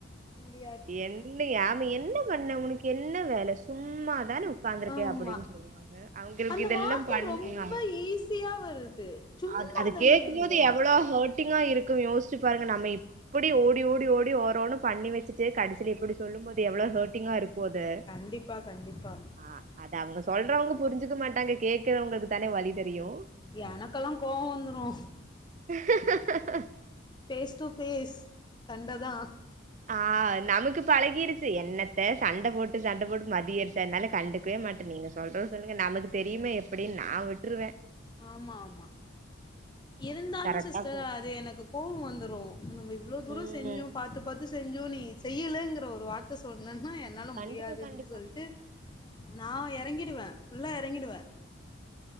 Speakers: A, on the left; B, on the right.
A: முடியாது
B: என்ன யாம் என்ன பண்ண உனக்கு என்ன வேல சும்மாதானே உட்கார்ந்துருக்கே
A: ஆமா
B: அப்படின் சொல்லுவாங்க அவங்களுக்
A: அந்த
B: இதெல்லா
A: வார்த்த
B: பண்
A: ரொம்ப
B: நம்
A: ஈஸியா வருது சும்மா
B: அது அது
A: தான
B: கேக்கும்
A: இருந்த
B: போது எவ்ளோ ஹர்ட் டிங்கா இருக்கு யோசிச்சு பாருங்க நம்ம எப்படி ஓடி ஓடி ஓடி ஓரோனு பண்ணி வச்சிட்டு கடைசில இப்படி சொல்லும்போது எவ்ளோ ஹர்ட்டிங்கா இருக்கு அது
A: கண்டிப்பா கண்டிப்பா
B: ஆ அத அவங்க சொல்றவங்க புரிஞ்சுக்க மாட்டாங்க கேக்குறவங்களுக் தானே வலி தெரியு
A: எனக்கெல்லா கோவோ வந்துரு
B: <inaudible>
A: ஃபேஸ் டு ஃபேஸ் சண்ட தா
B: ஆ நமக்கு பழகிடுச்சு என்னத்த சண்ட போட்டு சண்ட போட்டு மதிய <unintelligible> கண்டுக்கவே மாட்டே நீங்க சொல்றத சொல்லுங்க நமக்கு தெரியுமே எப்டின் நா விட்ருவே
A: ஆமா ஆமா இருந்தாலு
B: கரெக்டா
A: சிஸ்டர்
B: போ
A: அது எனக்கு கோவோ வந்துரு நம்ம இவ்ளோ தூரோ
B: ம்
A: செஞ்சு பாத்து பாத்து செஞ்சு நீ செய்யலங்கிற ஒரு வார்த்த சொன்னன்னா என் னால
B: கண்டிப்பா
A: முடியாதுன்டு
B: கண்டிப்பா
A: சொல்ட்டு நா இறங்கிடுவே ஃபுல்லா இறங்கிடுவே